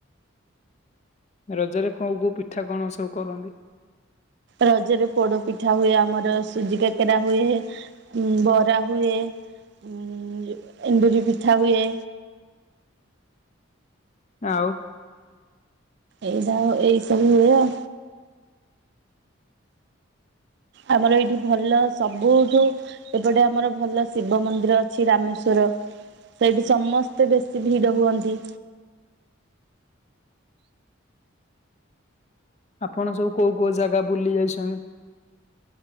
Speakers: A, on the left; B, on the right.
A: ରଜରେ କୋଉ କୋଉ ପିଠା କଣ ସବୁ କରନ୍ତି?
B: ରଜରେ ପୋଡ ପିଠା ହୁଏ ଆମର ସୁଜି କାକେରା ହୁଏ। ଉ ବରା ହୁଏ ଉ ଏଣ୍ଡୁରି ପିଠା ହୁଏ।
A: ଆଉ।
B: ଏଇ ସବୁ ଏଇ ସବୁ ହୁଏ ଆଉ। ଆମର ଏଇଠି ଭଲ ସବୁଠୁ ଏପଟେ ଆମର ଭଲ ଶିବ ମନ୍ଦିର ଅଛି ରାମେଶ୍ଵର। ସେଇଠି ସମସ୍ତେ ବେଶୀ ଭିଡ ହୁଅନ୍ତି।
A: ଆପଣ ସବୁ କୋଉ କୋଉ ଜାଗା ବୁଲି ଯାଇଛନ୍ତି?